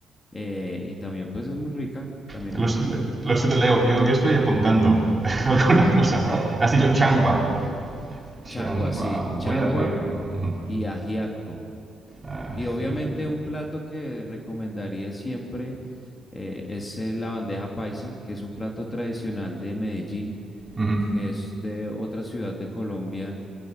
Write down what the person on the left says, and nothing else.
eh, y también pues es muy rica, también
es muy rica.
Changua, sí, changua
y ajiaco.
Y obviamente un plato que recomendaría siempre eh, es eh, la bandeja paisa, que es un plato tradicional de Medellín,
que es de otra ciudad de Colombia